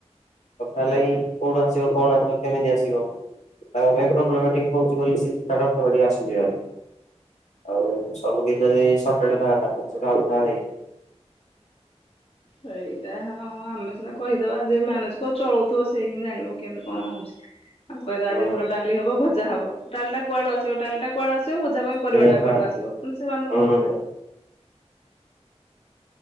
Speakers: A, on the left; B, on the left.
A: କଥା ହେଲା କିି କୋଉଠୁ ଆସିବ କଣ ଆସିବ କେମିତି ଆସିବ। ତାଙ୍କ ପାଇଁ ପ୍ରୋବ୍ଲେମ ଟିକେ ହଉଚି ବୋଲି ସେ ଚିନ୍ତା ଟା ଅଟମେଟିକ ଆସଯିବ ହାରି। ଆଉ ସବୁ କିଛି ଯଦି ସଟେଡ୍ ଥାଆନ୍ତା, ସେ କାହାକୁ କହନ୍ତେ କି
B: ସେଇଟା ହଁ ଆମେ ସିନା କହିଦବା, ଯେ ମାନେଜ କୁ ଚଳଉଥିବ ସେଇ ହିଁ ଜାଣିବ କେମତି କଣ ହଉଚି। ଆମେ କହିଦବା
A: ହଁ
B: ଆଜି ଘର ଡାଲି ହବ। ଭଜା ହବ ଡାଲିଟା କୁଆଡୁ ଆସିବ ଡାଲିଟା କୁଆଡେ ଆସିବ ଭଜା ପାଇଁ ପରିବାଟା
A: ସେଇଆ ପା
B: କୁଆଡୁ ଆସିବ ସେମାନେ ତ
A: ହୁଁ।
B: ମୁଣ୍ଡ ଖେଳେଇବେ।